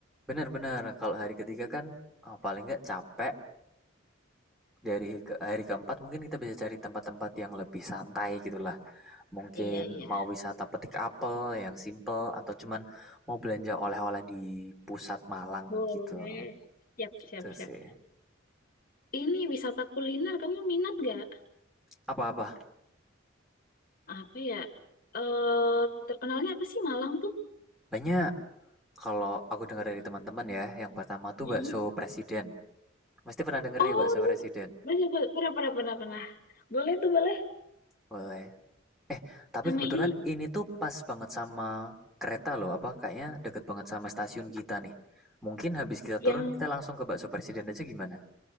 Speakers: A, in the centre; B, on the left.
A: bener benar kalau hari ketiga kan eh, paling nggak capek, dari ke- hari keempat mungkin kita bisa cari tempat-tempat yang lebih santai gitulah Mungkin
B: Iya, iya.
A: mau wisata petik apel yang simple atau cuman mau belanja oleh-oleh di pusat Malang
B: Boleh.
A: gitu.
B: Siap
A: Gitu
B: siap siap.
A: sih.
B: Ini wisata kuliner kamu minat gak?
A: Apa-apa?
B: Apa ya? Eh terkenalnya apa sih Malang tuh?
A: Banyak kalau aku dengar dari teman-teman ya, yang pertama tuh
B: Mm-mm.
A: bakso presiden. Pasti pernah denger
B: Oh
A: nih bakso
B: iya.
A: presiden.
B: Boleh, boleh. Pernah pernah pernah pernah. Boleh tuh boleh.
A: Boleh. Eh, tapi
B: Sama
A: kebetulan
B: ini
A: ini tuh pas banget sama kereta loh, apa kayaknya deket banget sama stasiun kita nih. Mungkin habis kita
B: yang
A: turun kita langsung ke bakso presiden aja gimana?